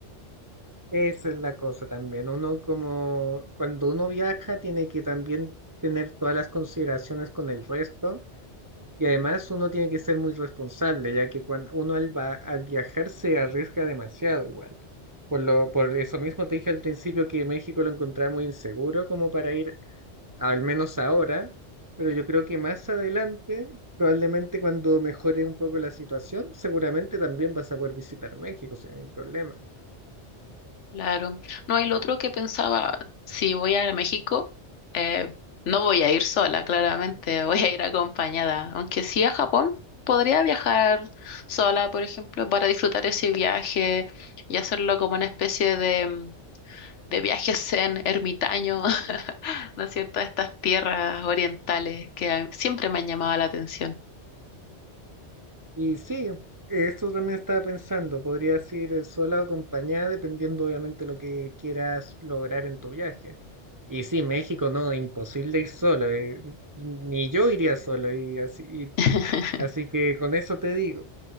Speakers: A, on the right; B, on the left.
A: esa es la cosa también. Uno como cuando uno viaja tiene que también tener todas las consideraciones con el resto Y además uno tiene que ser muy responsable, ya que cuando uno al, va- al viajar se arriesga demasiado igual. Por lo, por eso mismo te dije al principio que México lo encontraba muy inseguro como para ir, al menos ahora, pero yo creo que más adelante, probablemente cuando mejore un poco la situación, seguramente también vas a poder visitar México sin ningún problema.
B: Claro. No, el otro que pensaba, si voy a México, eh, no voy a ir sola, claramente, <laughs> voy a ir acompañada. Aunque sí a Japón, podría viajar sola, por ejemplo, para disfrutar ese viaje y hacerlo como una especie de, mm, de viaje zen, ermitaño, <laughs> ¿no es cierto? A estas tierras orientales que a- siempre me han llamado la atención.
A: Y sí, esto también estaba pensando, podrías ir eh, sola o acompañada, dependiendo obviamente lo que quieras lograr en tu viaje. Y sí, México, no, imposible ir solo, eh, Ni yo iría solo, y así, y-
B: <laughs>
A: así que con eso te digo.